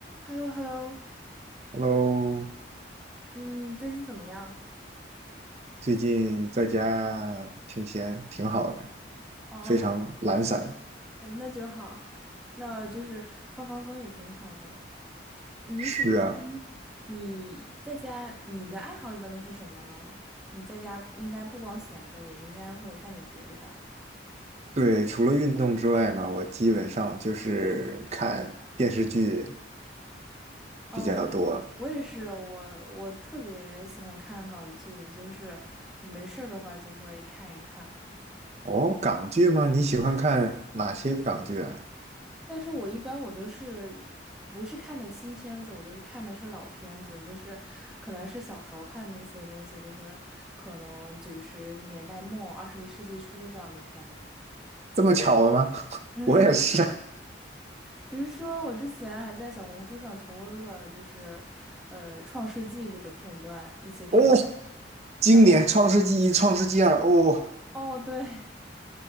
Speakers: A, in the centre; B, on the right.
A: h e l l o h e l l o
B: Hello，
A: 嗯，最近怎么样？
B: 最近在家挺闲，挺好的，
A: 哦，
B: 非常懒散。
A: 嗯那就好，<laughs> 那就是放放松也挺好的。你喜欢你在家，
B: 是啊，
A: 你的爱好一般都是什么呢？你在家应该不光闲着，也应该会干点别的吧？
B: 对，除了运动之外嘛，我基本上就是看电视剧
A: 哦，
B: 比较多。
A: 我我也是，我我特别喜欢看港剧，就是我没事儿的话就会看一看。
B: 哦，港剧吗？你喜欢看哪些港剧啊？
A: 但是我一般我都是不是看的新片子，我都是看的是老片子，就是可能是小时候看那些东西，就是可能九十年代末、二十一世纪初这样的片子。
B: 这么巧的吗？<laughs>
A: 嗯，
B: 我也是啊。
A: 比如说我之前还在小红书上重温了，就是呃《创世纪》这个片段一些片段，
B: 哦，经典《创世纪一》《创世纪二》哦，
A: 然后哦对，